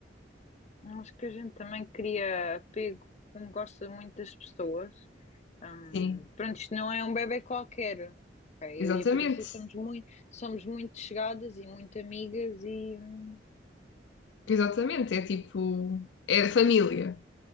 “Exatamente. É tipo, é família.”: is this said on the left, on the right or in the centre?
Left